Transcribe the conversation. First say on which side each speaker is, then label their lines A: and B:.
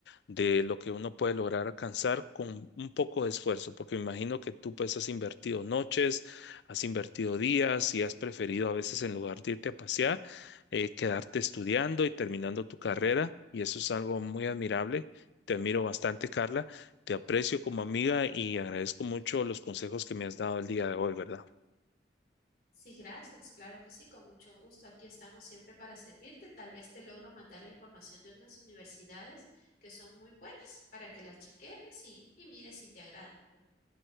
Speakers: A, on the left (about 70°); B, on the left (about 55°).
A: de lo que uno puede lograr alcanzar con un poco de esfuerzo, porque me imagino que tú pues has invertido noches, has invertido días y has preferido a veces en lugar de irte a pasear eh, quedarte estudiando y terminando tu carrera, y eso es algo muy admirable. Te admiro bastante, Carla. Te aprecio como amiga y agradezco mucho los consejos que me has dado el día de hoy, ¿verdad?
B: Sí, gracias, claro que sí, con mucho gusto. Aquí estamos siempre para servirte. Tal vez te logro mandar la información de unas universidades que son muy buenas para que las cheques y, y mires si te agradan. ¿verdad?